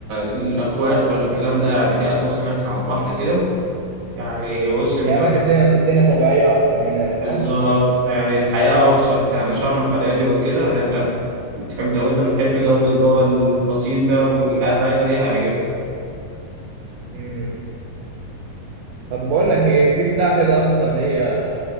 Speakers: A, on the right; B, on the right.
A: الأكواخ والكلام ده يعني في أكواخ هناك على البحر كده يعني بص أنت
B: يعني هناك الدنيا الدنيا طبيعية أكتر هناك صح؟
A: بالظبط يعني الحياة أبسط يعني شرم فنادق وكده هناك لأ بتحب لو أنت بتحب جو اللي هو البسيط ده والحياة الرايقة دي هيعجبك
B: مم. طب بقول لك ايه في بتاع كده اصلا اللي هي